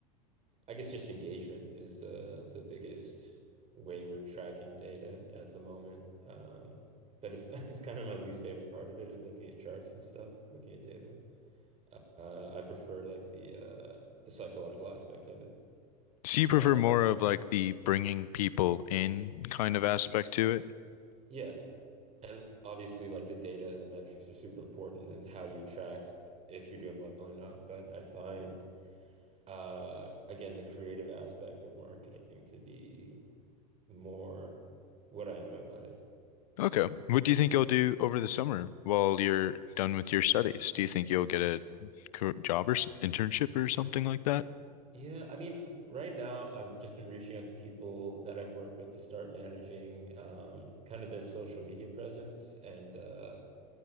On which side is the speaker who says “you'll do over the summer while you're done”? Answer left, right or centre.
Left